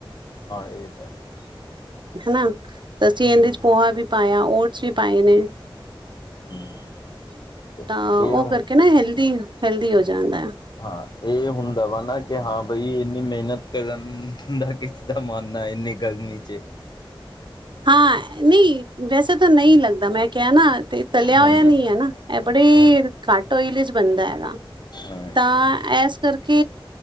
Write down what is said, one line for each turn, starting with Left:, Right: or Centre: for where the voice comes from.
Left: ਹਾਂ ਏ ਤਾਂ ਹੈ।
Right: ਹਨਾ ਤੇ ਅਸੀਂ
Left: ਹੂੰ,
Right: ਏਂਦੇ 'ਚ ਪੋਹਾ ਵੀ ਪਾਇਆ, ਓਟਸ ਵੀ ਪਾਏ ਨੇ।
Left: <inaudible>
Right: ਤਾਂ
Left: ਇਹ ਹੁਣ
Right: ਓ ਕਰਕੇ ਨਾ ਹੈਲਦੀ, ਹੈਲਦੀ ਹੋ ਜਾਂਦਾ ਐ।
Left: ਹਾਂ ਏ ਹੁੰਦਾ ਵਾ ਨਾ ਕਿ ਹਾਂ ਬਈ ਏਨੀਂ ਮੇਹਨਤ ਕਰਨ ਦਾ ਕਿਸ ਦਾ ਮਨ ਨਾ ਹੋਏ, ਇੰਨੀ ਗਰਮੀ 'ਚ।
Right: ਹਾਂ ਨਈ ਵੈਸੇ ਤਾਂ ਨਈ ਲੱਗਦਾ ਮੈਂ ਕੇਆ ਨਾ ਤੇ ਤਲਯਾ
Left: ਹਾਂਜੀ।
Right: ਹੋਇਆ ਨੀ ਐ ਨਾ ਐ ਬੜੀ
Left: ਹਾਂ
Right: ਘੱਟ ਓਇਲ 'ਚ ਬਨਦਾ ਹੈਗਾ।
Left: ਅੱਛਾ
Right: ਤਾਂ ਏਸ ਕਰਕੇ